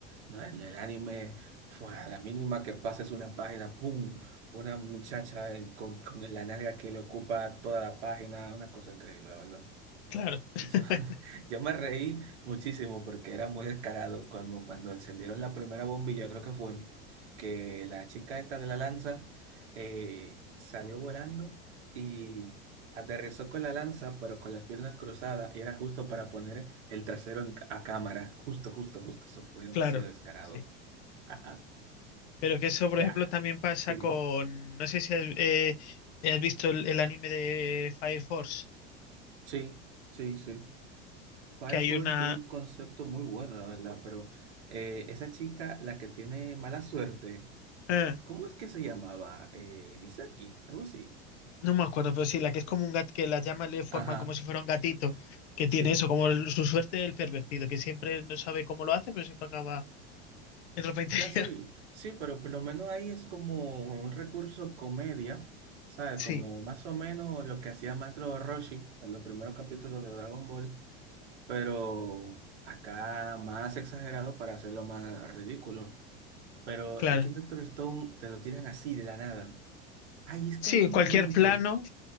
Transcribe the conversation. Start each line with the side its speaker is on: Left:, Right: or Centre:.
Right: No, en el anime fue a la mínima que pases una página, pum, una muchacha eh, con, con la nalga que le ocupa toda la página, una cosa increíble, la verdad.
Left: claro, <laughs>
Right: Yo, <laughs> yo me reí muchísimo porque era muy descarado, como cuando encendieron la primera bombilla, creo que fue, que la chica esta de la lanza eh, salió volando y aterrizó con la lanza, pero con las piernas cruzadas, y era justo para poner el trasero en ca- a cámara, justo, justo, justo, eso fue demasiado
Left: claro,
Right: descarado.
Left: sí.
Right: <laughs>
Left: Pero que eso, por
Right: Ya,
Left: ejemplo, también pasa
Right: sí,
Left: con, no sé si has, eh, has visto el, el anime de Fire Force,
Right: sí, sí, sí. Fire
Left: que hay
Right: Force
Left: una...
Right: tiene un concepto muy bueno, la verdad, pero eh, esa chica, la que tiene mala suerte,
Left: ah,
Right: ¿cómo es que se llamaba? Eh, Misaki, algo así.
Left: No me acuerdo, pero sí, la que es como un gato, que las llamas le forman
Right: Ajá,
Left: como si fuera un gatito, que
Right: sí.
Left: tiene eso, como el- su suerte el pervertido, que siempre no sabe cómo lo hace, pero siempre acaba en ropa interior.
Right: Ya sí,
Left: <laughs>
Right: sí, pero por lo menos ahí es como un recurso comedia, ¿sabes?
Left: Sí,
Right: Como más o menos lo que hacía Maestro Roshi en los primeros capítulos de Dragon Ball, pero acá más exagerado para hacerlo más ridículo. Pero
Left: claro.
Right: es que en Doctor Stone te lo tiran así de la nada. Ay, es
Left: Sí,
Right: que había
Left: en
Right: un
Left: cualquier
Right: momento,
Left: plano